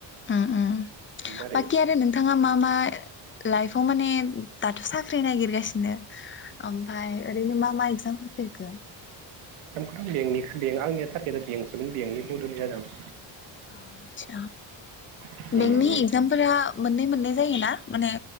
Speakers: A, on the left; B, on the right.
A: उम्म उम्म
B: बेनि दारै
A: बाकि आरो नोंथांङा मा मा ओ लाइफआव माने। दाथ' साख साख्रि नागिरगासिनो ओमफ्राय ओरैनो मा मा एगजाम होफेरगोन
B: सनि बे आंनिया टारेटआ बेंस बेंकनि बद'ल जादोंं
A: आचा।
B: जादों
A: नोंनि एगजाम फोर मोननै मोननै जायोना माने